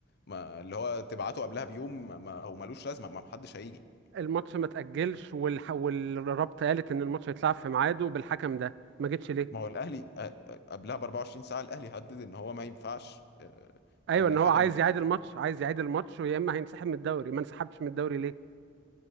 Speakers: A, on the left (about 55°); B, on the right (about 60°).
A: ما اللي هو تبعته قبلها بيوم ما ما- هو ملوش لازمه ما ما حدش هيجي
B: الماتش ما تأجلش والح... والرابطه قالت ان الماتش هيتلعب في ميعاده بالحكم ده ما جتش ليه
A: ما هو الاهلي أ- أ- قبلها ب 24 ساعه الاهلي هدد ان هو ما ينفعش آه،
B: ايوه
A: ان
B: ان
A: الحكم
B: هو عايز
A: يت...
B: يعيد الماتش عايز يعيد الماتش ويا اما هينسحب من الدوري ما انسحبتش من الدوري ليه